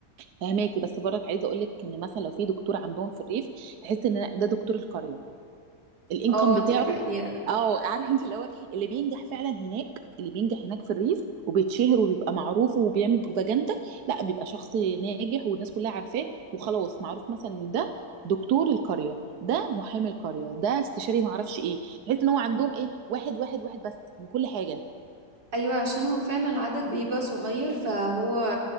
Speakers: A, on the right (about 65°); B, on the right (about 85°).
A: فهماكي بس برك عايزه اقول لك ان مثلا لو في دكتور عندهم في الريف تحس ان ده دكتور القريه الانكم
B: اه
A: بتاعه
B: دي حقيقة
A: اه عارفه انت اللي هو اللي بينجح فعلا هناك اللي بينجح هناك في الريف وبيتشهر وبيبقى معروف وبيعمل بروباجندا لا بيبقى شخص ناجح والناس كلها عارفاه وخلاص معروف مثلا ان ده دكتور القريه ده محامي القريه ده استشاري ما اعرفش ايه تحس ان هو عندهم ايه واحد واحد واحد بس من كل حاجه
B: ايوه عشان هو فعلا العدد بيبقى صغير فهو